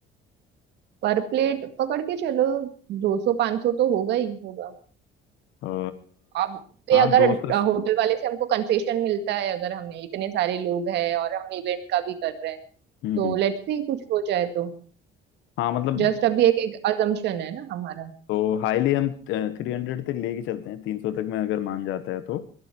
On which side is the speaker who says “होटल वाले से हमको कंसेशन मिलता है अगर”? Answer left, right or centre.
Right